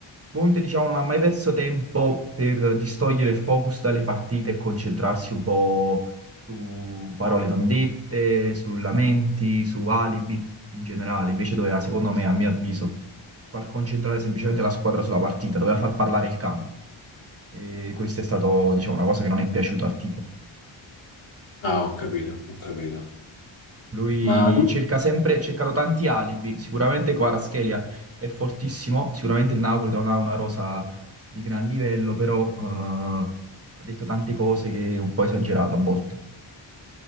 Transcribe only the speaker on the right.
Conte diciamo non ha mai perso tempo per distogliere il focus dalle partite e concentrarsi un po' su parole non dette, su lamenti, su alibi in generale. Invece doveva, secondo me, a mio avviso far concentrare semplicemente la squadra sulla partita, doveva far parlare il campo. E questa è stata, diciamo, una cosa che non è piaciuta al tifo.
Lui
cerca sempre, cercano tanti alibi, sicuramente Kvaratskhelia è fortissimo, sicuramente il Napoli non ha una rosa di gran livello, però eh, ha detto tante cose che è un po' esagerate a volte.